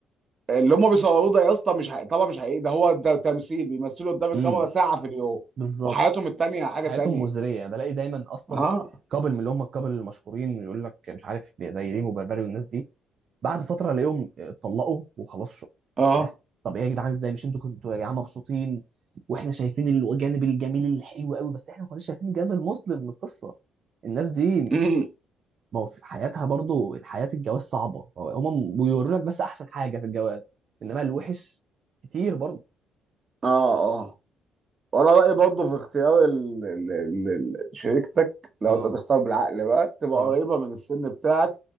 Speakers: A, on the right (about 40°); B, on the right (about 55°).
A: اللي هم بيصوروه ده يا اسطى مش حقيقي طبعا مش حقيقي ده هو ده تمثيل بيمثلوا قدام الكاميرا
B: امم
A: ساعة في اليوم
B: بالظبط
A: وحياتهم التانية حاجة
B: حياتهم
A: تانية
B: مزريه يعني بلاقي دايما اصلا
A: اه
B: كابل من اللي هم الكابل المشهورين يقول لك مش عارف زي ريم وبربري والناس دي بعد فتره الاقيهم اتطلقوا وخلاص شو
A: اه
B: لا طب ايه يا جدعان ازاي مش انتوا كنتوا يا جماعه مبسوطين واحنا شايفين الجانب الجميل الحلو قوي بس احنا ما كناش شايفين الجانب المظلم من القصه الناس دي
A: <clears throat>
B: ما هو في حياتها برضو الحياه الجواز صعبه هم بيوروا لك بس احسن حاجه في الجواز انما الوحش كتير برضو
A: اه اه وانا رأيي برضه في اختيار ال... ال... ال... ال- شريكتك لو
B: اه
A: انت تختار بالعقل بقى تبقى
B: اه
A: قريبة من السن بتاعك